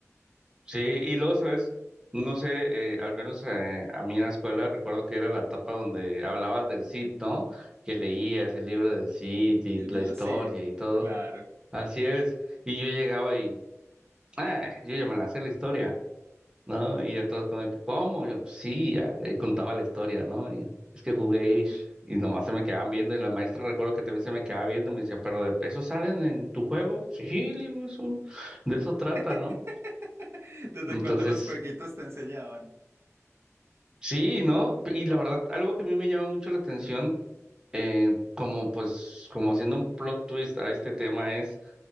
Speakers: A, on the right; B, on the right.
A: Sí, y luego, ¿sabes? No sé, eh, al menos eh, a mí en la escuela recuerdo que era la etapa donde hablabas del Cid, ¿no? Que leías el libro del Cid y
B: Y el mío
A: la historia
B: Sid,
A: y todo.
B: claro.
A: Así es. Y yo llegaba y, ah, yo ya me la sé la historia, ¿no? Y ya todos como, de que, ¿cómo? Yo, "Pues sí, ya, y contaba la historia, ¿no? Y es que jugué y y nomás se me quedaban viendo y la maestra recuerdo que también se me quedaba viendo y me decía, ¿pero de peso salen en tu juego? Sí, le digo, eso, de eso trata,
B: <laughs>
A: ¿no?
B: ¿Desde
A: Entonces,
B: cuándo los jueguitos te enseñaban?
A: Sí, ¿no? Y la verdad, algo que a mí me llama mucho la atención, eh, como pues, como haciendo un plot twist a este tema es,